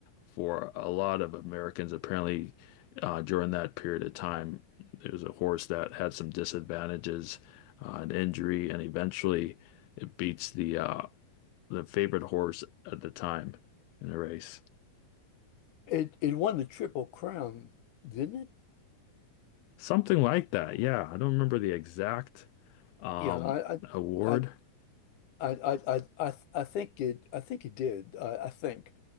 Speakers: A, on the left; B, on the left.
A: for a lot of Americans apparently uh during that period of time. It was a horse that had some disadvantages uh, an injury, and eventually it beats the uh, the favorite horse at the time in a race.
B: it it won the Triple Crown, didn't it?
A: Something like that. Yeah, I don't remember the exact um,
B: Yeah, I
A: award.
B: I I I I I I, I think it I think it did. I, I think.